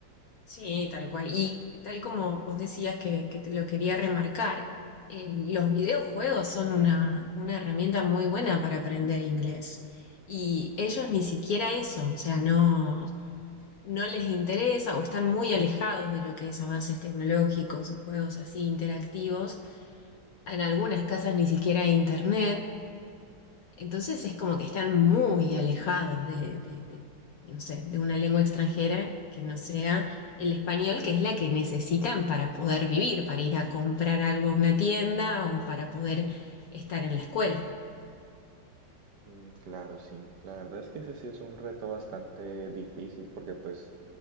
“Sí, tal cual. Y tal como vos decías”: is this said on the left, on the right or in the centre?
Left